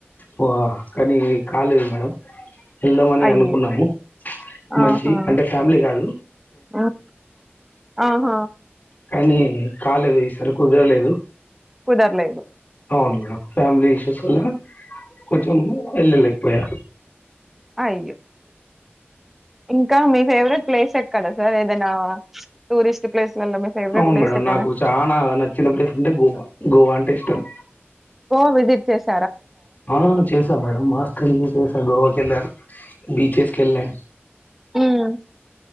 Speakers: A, on the left (about 40°); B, in the centre.
A: ఓ కానీ కాలేదు మేడం వెళ్దామని
B: అయ్యో
A: అనుకున్నాము
B: ఆహా
A: మంచి అంటే ఫ్యామిలీ కాదు
B: ఉమ్, ఆహా
A: కానీ కాలేదు ఈసరి కుదరలేదు
B: కుదర్లేదు
A: అవును మేడం ఫ్యామిలీ ఇష్యూస్ వల్ల కొంచెం వెళ్ళలేకపోయా
B: అయ్యో ఇంకా మీ ఫేవరెట్ ప్లేస్ ఎక్కడ సార్ ఏదైనా టూరిస్ట్ ప్లేస్లలో ప్లేస్ మీ ఫేవరెట్
A: అవును మేడం
B: ఏదైనా
A: నాకు చాలా నచ్చిన ప్లేస్ అంటే గోవా, గోవా న్ ఇష్టం
B: ఓ విజిట్ చేస్
A: ఆ చేసా మేడం మాస్కంజ చేసా గోవాకి వెళ్ళాను బీచెస్కి వెళ్ళా
B: మ్మ్